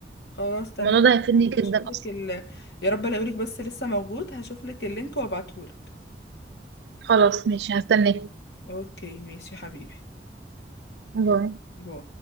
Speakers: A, on the left; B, on the right.
A: خلاص تمام
B: الموضوع ده هيفيدني جدا
A: هشوف لك
B: اصلا
A: ال... يا رب الاقيلك بس لسه موجود هشوف لك اللينك وابعتهولك
B: خلاص ماشي هستناك
A: اوكي ماشي يا حبيبي
B: باي
A: باي